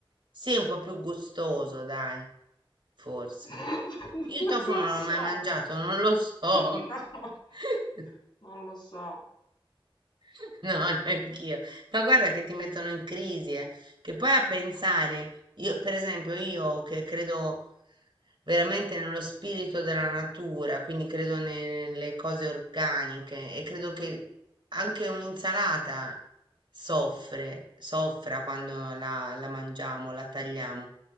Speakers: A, on the right (about 60°); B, on the left (about 55°).
A: Sì, è un po' più gustoso dai, forse.
B: <laughs>
A: Io il
B: Non
A: tofu
B: lo
A: non
B: so.
A: l'ho mai mangiato, non lo so.
B: <laughs> No,
A: <laughs>
B: non lo so.
A: <laughs> No, neanch'io. Ma guarda che ti mettono in crisi, eh. Che poi a pensare, io, per esempio, io che credo veramente nello spirito della natura, quindi credo ne- nelle cose organiche e credo che anche un'insalata soffre, soffra quando la, la mangiamo, la tagliamo,